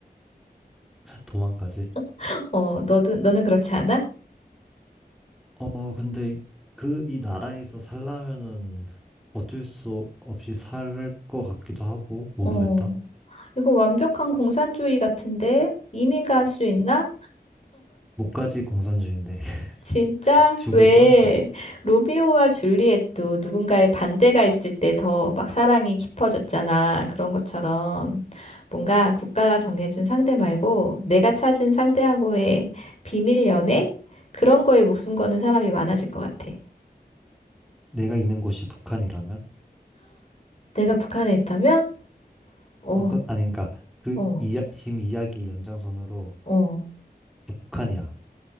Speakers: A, in the centre; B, on the left.
A: 도망까지.
B: <laughs> 어, 너도, 너는 그렇지 않아?
A: 어, 근데 그, 이 나라에서 살려면은 어쩔 수 없이 살 것 같기도 하고, 모르겠다.
B: 어, 이거 완벽한 공산주의 같은데? 이민 갈 수 있나?
A: 목까지 공산주의인데, <laughs>
B: 진짜?
A: 죽을걸?
B: 왜? 로미오와 줄리엣도 누군가의 반대가 있을 때 더 막 사랑이 깊어졌잖아. 그런 것처럼 뭔가 국가가 정해준 상대 말고 내가 찾은 상대하고의 비밀 연애? 그런 거에 목숨 거는 사람이 많아질 것 같아.
A: 내가 있는 곳이 북한이라면?
B: 내가 북한에 있다면? 어,
A: 어, 그, 아니, 그니까, 그,
B: 어,
A: 이야, 지금 이야기 연장선으로
B: 어,
A: 북한이야.